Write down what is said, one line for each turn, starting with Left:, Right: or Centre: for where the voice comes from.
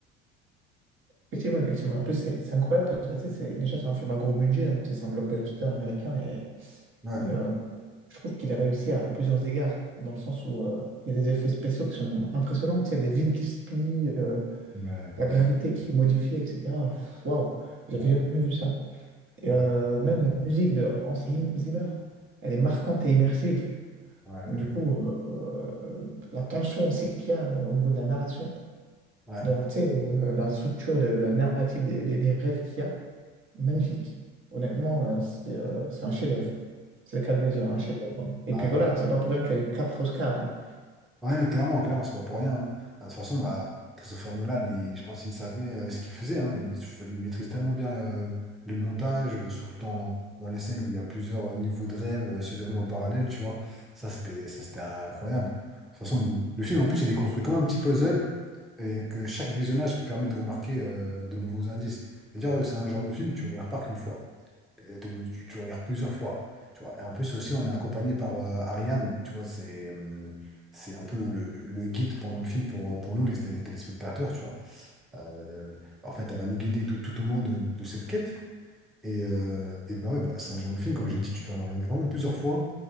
Right: Effectivement, effectivement. En plus, c'est c'est incroyable parce que tu sais, c'est- déjà, c'est un film à gros budget, donc tu sais, c'est un blockbuster américain et
Centre: Ouais,
Right: Et, euh, je trouve qu'il a réussi à plusieurs égards, dans le sens où euh, il y a des effets spéciaux qui sont impressionnants. Tu sais, les villes qui se plient, euh,
Centre: ouais,
Right: la gravité qui est modifiée, etc. Pff, Waouh, j'avais
Centre: ouais,
Right: jamais vu ça. Et
Centre: ouais,
Right: euh, même la musique de Hans Zim- Zimmer, elle est marquante et immersive.
Centre: ouais,
Right: Du
Centre: de-
Right: coup, euh, euh, la tension aussi qu'il y a euh, au niveau de la narration,
Centre: ouais.
Right: donc, tu sais, euh, la structure, le- la, narrative des, des- des rêves qu'il y a, magnifique. Honnêtement, euh, c'est euh, c'est un chef-d'œuvre. C'est le cas de le dire, un chef-d'œuvre. hein. Et
Centre: Ah,
Right: puis voilà, c'est pas pour rien qu'il y a eu quatre Oscars. hein.
Centre: Ouais, non, clairement, clairement, c'est pas pour rien. hein. Ah, De toute façon, bah, Christopher Nolan, il- je pense qu'il savait euh, ce qu'il faisait. hein. Il, il maîtrise tellement bien euh, le montage, euh, surtout dans, dans les scènes où il y a plusieurs euh, niveaux de rêve euh, se déroulent en parallèle, tu vois. Ça, c'était, ça, c'était incroyable. De toute façon, le, le film, en plus, il est construit comme un petit puzzle et que chaque visionnage permet de remarquer euh, de nouveaux indices. C'est-à-dire, euh, c'est un genre de film, tu le regardes pas qu'une fois euh, te- tu, tu regardes plusieurs fois. Tu vois. Et en plus aussi, on est accompagné par euh, Ariane, tu vois, c'est hum, c'est un peu le, le- le guide pendant le film pour, euh, pour nous, les té- téléspectateurs, tu vois. Euh, en fait, elle va nous guider tout, tout au long de, de cette quête. Et, euh, et ben ouais, bah, c'est un genre de film, comme j'ai dit, tu dois le regarder vraiment plusieurs fois